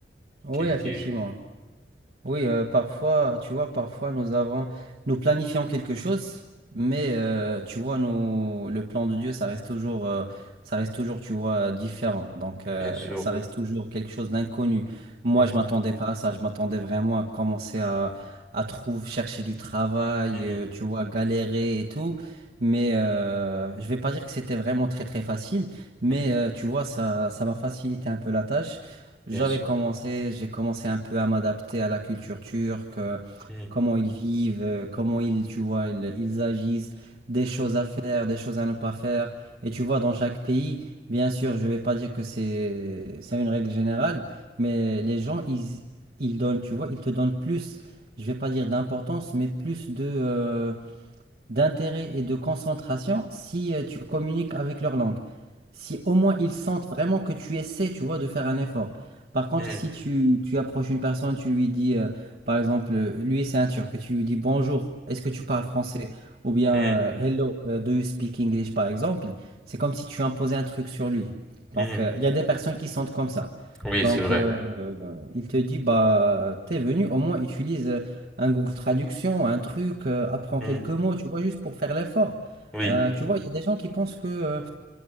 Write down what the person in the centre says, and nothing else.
qui
qui est
bien sûr
Mhm,
mhm,
mhm,
bien sûr
Mhm,
mhm,
mhm,
mhm,
mhm.
oui
c'est vrai
Mhm,
oui